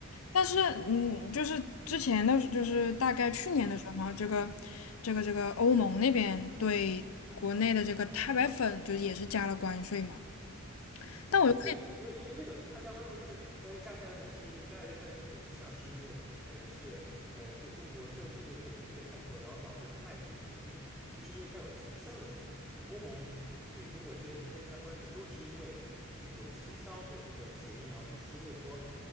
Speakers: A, on the left; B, in the centre.
A: 但是嗯，就是之前的，就是大概去年的时候嘛，
B: 嗯
A: 这个这个这个欧盟那边对国内的这个钛白粉就也是加了关税嘛。但我
B: 嗯，对，因为因为那个他加关税后就是相当于加太白粉，是因为就加在这太白粉这一项，是因为可能是嗯、呃就中国政府对这个补贴太多，然后导致它卖的很便宜，就是因为它有倾销的嫌疑。欧盟给中国这些东西加关税，都是因为就是有倾销的这个嫌疑，而不是因为说